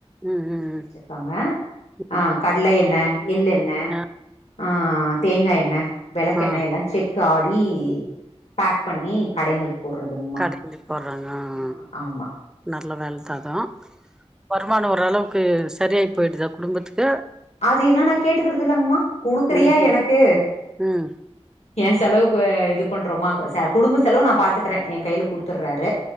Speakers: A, on the left; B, in the centre.
A: ஆ
B: ம் ம்
A: வச்சிர்க்காங்க
B: ம்
A: ஆ கட்ல என்ன எள்ளு எண் எண்ண
B: ஆ
A: ஆ தேங்கா எண்ணெ விளக் கெண்ணெ
B: ஆ
A: எல்லா செக்கு ஆடி பேக் பண்ணி கடைங்களுக்கு போடுறதுங்மா
B: கடைகளுக்கு போட்றாங்க அ
A: ம் ஆமா
B: அ நல்ல வேல தா அது வருமானொ ஓரளவுக்கு சரியாகி போயிட்தா குடும்பத்துக்கு
A: அது எல்லா நா கேட்டுக்கிறது இல்லங்மா குடுக்குறியா
B: ம் ம்
A: எனக்கு
B: ம்
A: ஏ செலவுக்கு இது பண்றோமா குடும்ப செலவு நா பாத்துக்குறே எ கையில குடுத்துட்றாரு